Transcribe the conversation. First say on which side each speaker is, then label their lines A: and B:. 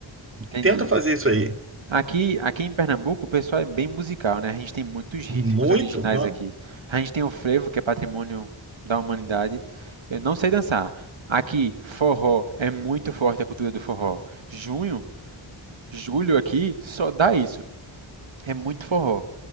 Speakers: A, on the right; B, on the right.
A: Entendi.
B: Tenta fazer isso aí.
A: Aqui, aqui em Pernambuco, o pessoal é bem musical, né? A gente tem muitos ritmos
B: Muito,
A: originais
B: ó,
A: aqui. A gente tem o frevo, que é patrimônio da humanidade. Eu não sei dançar. Aqui, forró é muito forte a cultura do forró. Junho, julho aqui só dá isso. É muito forró.